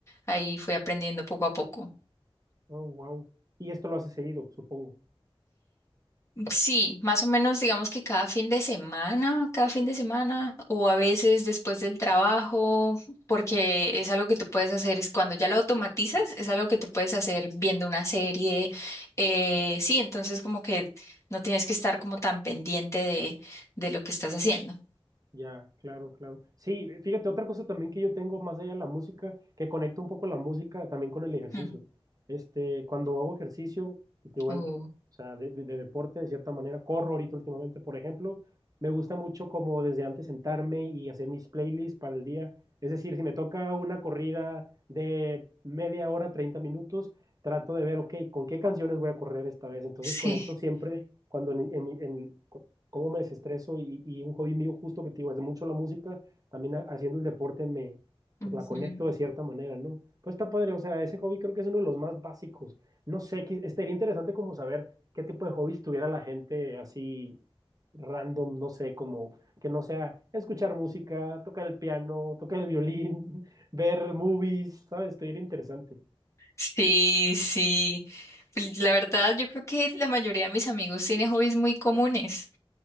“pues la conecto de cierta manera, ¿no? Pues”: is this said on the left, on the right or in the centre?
Right